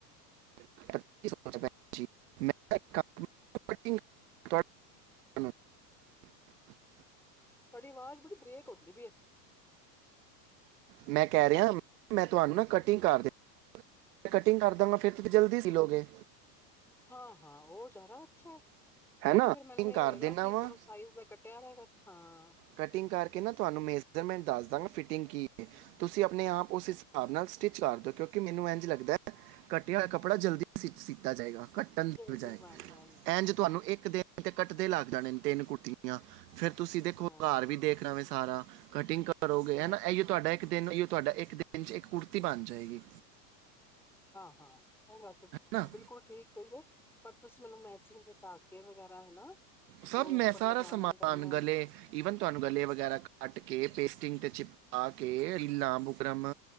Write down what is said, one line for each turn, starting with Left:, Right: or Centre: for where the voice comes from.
Right: <inaudible> <inaudible> <unintelligible>
Centre: ਤੁਹਾਡੀ ਆਵਾਜ਼ ਬੜੀ ਬਰੇਕ ਹੁੰਦੀ ਪਈ ਆ।
Right: ਮੈਂ ਕਹਿ ਰਿਹਾ ਮੈਂ ਤੁਹਾਨੂੰ ਨਾ ਕਟਿੰਗ ਕਰਦੇ ਕਟਿੰਗ ਕਰ ਦਾਂਗਾ ਫਿਰ ਜਲਦੀ ਸੀ ਲੋਗੇ।
Centre: ਹਾਂ ਹਾਂ ਉਹ ਜ਼ਾਦਾ ਅੱਛਾ। ਕਿਉਂਕਿ
Right: ਹੈ ਨਾ
Centre: ਫੇਰ
Right: ਕਟਿੰਗ
Centre: ਮੈਨੂੰ ਇਹ
Right: ਕਰ
Centre: ਹੋਏਗਾ
Right: ਦੇਣਾ
Centre: ਕਿ
Right: ਵਾ
Centre: ਸਰੋ ਸਾਈਜ਼ ਦਾ ਕੱਟਿਆ ਹੈਗਾ ਹਾਂ
Right: ਕਟਿੰਗ ਕਰਕੇ ਨਾ ਤੁਹਾਨੂੰ ਮੇਜਰਮੈਂਟ ਦੱਸ ਦਾਂਗਾ ਫਿਟਿੰਗ ਕੀ ਕੀ ਏ। ਤੁਸੀਂ ਆਪਣੇ ਆਪ ਉਸ ਹਿਸਾਬ ਨਾਲ ਸਟਿੱਚ ਕਰ ਦਿਓ ਕਿਉਂਕਿ ਮੈਨੂੰ ਇੰਝ ਲੱਗਦਾ ਹੈ ਕੱਟਿਆ ਹੋਇ ਕੱਪੜਾ ਜਲਦੀ ਸਟਿਚ ਕੀਤਾ ਜਾਏਗਾ। ਕੱਟਣ ਦੀ
Centre: ਜਲਦੀ
Right: ਬਜਾਏ
Centre: ਬਣ ਜਾਣ
Right: ਇੰਝ ਤੁਹਾਨੂੰ ਇੱਕ ਦਿਨ ਤੇ ਕੱਟਦੇ ਲਗ ਜਾਣੇ ਨੇ ਤਿੰਨ ਕੁੜਤੀਆਂ ਫੇਰ ਤੁਸੀ
Centre: ਹਾਂ
Right: ਘਰ ਵੀ ਦੇਖਣਾ ਵੇ ਸਾਰਾ ਕਟਿੰਗ ਕ ਕਰੋਗੇ
Centre: ਹਾਂ
Right: ਹੈ ਨਾ ਇਉ ਤੁਹਾਡਾ ਈਓ ਤੁਹਾਡਾ ਇੱਕ ਦਿਨ 'ਚ ਇੱਕ ਕੁੜਤੀ ਬਣ ਜਾਏਗੀ।
Centre: ਹਾਂ-ਹਾਂ, ਇਹ ਗੱਲ ਤਾਂ
Right: ਨਾ
Centre: ਬਿਲਕੁਲ ਠੀਕ ਕਹੀਏ ਪਰ ਤੁਸੀਂ ਮੈਨੂੰ ਮੈਚਿੰਗ ਦੇ ਟਾਕੇ ਵਗੈਰਾ ਹਨਾ
Right: ਸਭ
Centre: ਜੋ ਉੱਪਰ
Right: ਮੈਂ ਸਾਰਾ
Centre: ਲਗਾਣਾ
Right: ਸਮਾਨ
Centre: ਕਰਨਾ
Right: ਗਲੇ ਈਵਨ ਤੁਹਾਨੂੰ ਗਲੇ ਵਗੈਰਾ ਕੱਟ ਕੇ ਪੇਸਟਿੰਗ ਤੇ ਚਿਪਕਾ ਕੇ ਰੀਲਾਂ, ਬੁਕਰਮ